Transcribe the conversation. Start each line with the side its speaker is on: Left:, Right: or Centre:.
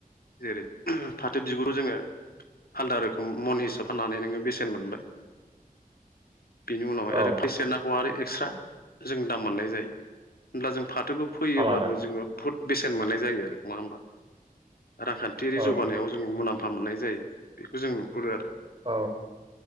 Left: जेरै फाथो बिगुरखौ जोङो आलदा रोखोम मन हिसाब फाननानै नोङो बेसेन मोनबाय बेनि उनावहाय
Right: औ
Left: आरो फैसाया नां आरो एक्सट्रा जों दाम मोननाय जायो होनब्ला जों फाथोखौ फैयोब्लाबो
Right: आलादा
Left: जोङो बुहुद बेसेन मोननाय जायो आरो नङा होमबा रांखान्थियारि
Right: औ
Left: जौगानायाव जों मुलाम्फा मफा मोननाय जायो बेखौ जों नुहुरो आरो
Right: औ